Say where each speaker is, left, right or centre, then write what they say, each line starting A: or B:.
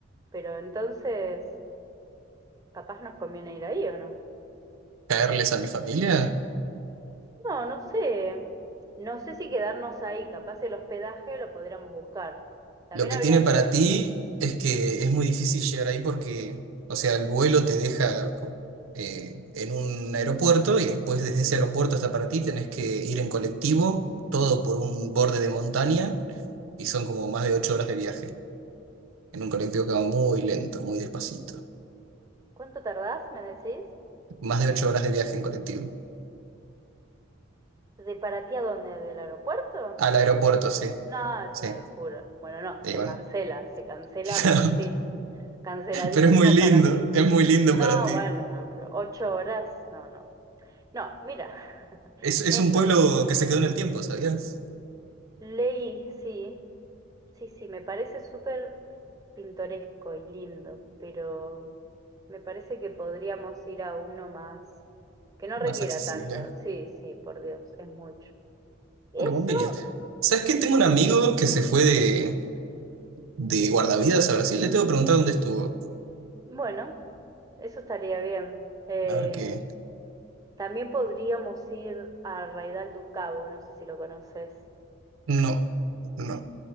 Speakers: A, on the right; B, on the right.
A: pero entonces capaz nos conviene ir ahí o no.
B: ¿Caerles a mi familia?
A: No, no sé. No sé si quedarnos ahí. Capaz el hospedaje lo podríamos buscar. También
B: Lo que
A: habría
B: tiene para
A: que ver.
B: ti es que es muy difícil llegar ahí porque, o sea, el vuelo te deja co- eh, en un aeropuerto y después desde ese aeropuerto hasta para ti tenés que ir en colectivo, todo por un borde de montaña y son como más de ocho horas de viaje en un colectivo que va muy lento, muy despacito.
A: ¿Cuánto tardás, me decís?
B: Más de ocho horas de viaje en colectivo.
A: ¿De para ti a dónde? ¿Del aeropuerto?
B: Al aeropuerto, sí,
A: No, es
B: sí.
A: una locura. Bueno, no,
B: Y
A: se
B: bueno,
A: cancela, se cancela
B: <laughs>
A: para ti. Canceladísimo
B: pero es muy lindo,
A: para ti.
B: es muy lindo
A: No,
B: para ti.
A: bueno, no, pero ocho horas, no, no. No, mira, <laughs>
B: Es, es
A: mejor.
B: un pueblo que se quedó en el tiempo, ¿sabías?
A: Leí, sí, sí, sí, me parece súper pintoresco y lindo, pero me parece que podríamos ir a uno más, que no
B: Más
A: requiera
B: accesible.
A: tanto. Sí, sí, por Dios, es mucho. Eso,
B: Bueno, vos ¿Sabes qué? Tengo un amigo que se fue de, de guardavidas a Brasil. Le tengo que preguntar dónde estuvo.
A: bueno, eso estaría bien. Eh,
B: A ver qué.
A: también podríamos ir a Raidal do Cabo, no sé si lo conoces.
B: No, no.